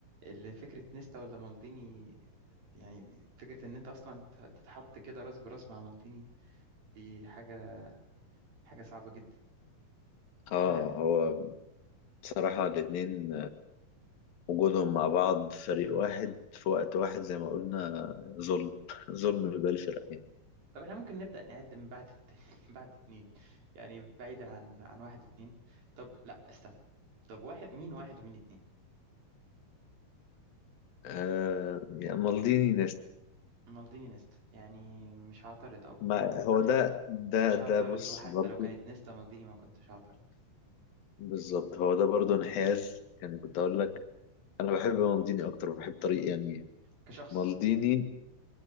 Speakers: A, on the right (about 85°); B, on the left (about 80°).
A: اللي فكرة نيستا ولا مالديني يعني فكرة إن أنت أصلا ت- تتحط كده راس براس مع مالديني دي حاجة حاجة صعبة جدا
B: اه
A: فإحنا
B: هو بصراحة الاتنين وجودهم مع بعض فريق واحد في وقت واحد زي ما قلنا ظلم <laughs> ظلم لباقي الفرق يعني
A: طب إحنا ممكن نبدأ نعد من بعد الت- <laughs> بعد اتنين يعني بعيدا عن عن واحد اتنين طب لا استنى طب واحد مين واحد ومين اتنين
B: آه يعني مالديني
A: مالديني نيستا يعني مش هعترض أو
B: ما
A: يعني م-
B: هو ده ده
A: مش هعترض
B: ده بص
A: وحتى
B: برضه
A: لو كانت نيستا مالديني ما كنتش هعترض
B: بالظبط هو ده برضه انحياز يعني كنت اقول لك انا بحب مالديني اكتر بحب طريق يعني
A: كشخص
B: مالديني